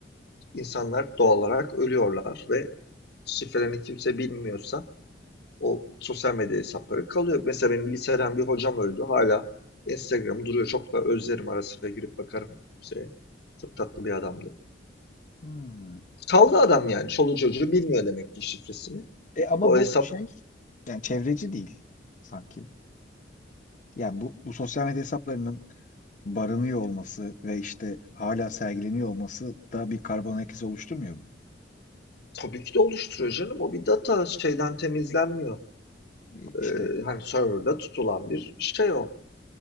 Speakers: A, on the left; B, on the left.
A: insanlar doğal olarak ölüyorlar ve şifrelerini kimse bilmiyorsa o sosyal medya hesapları kalıyor. Mesela benim liseden bir hocam öldü. Hala Instagram'ı duruyor. Çok da özlerim ara sıra girip bakarım şeye. Çok tatlı bir adamdı.
B: Hmm.
A: Kaldı adam yani. Çoluk çocuğu bilmiyor demek ki şifresini.
B: E ama
A: O
B: bu
A: hesap
B: şey yani çevreci değil sanki. Yani bu, bu sosyal medya hesaplarının barınıyor olması ve işte hala sergileniyor olması da bir karbon ayak izi oluşturmuyor mu?
A: Tabii ki de oluşturuyor canım. O bir data şeyden temizlenmiyor.
B: E,
A: Ee,
B: İşte
A: hani server'da tutulan bir şey o.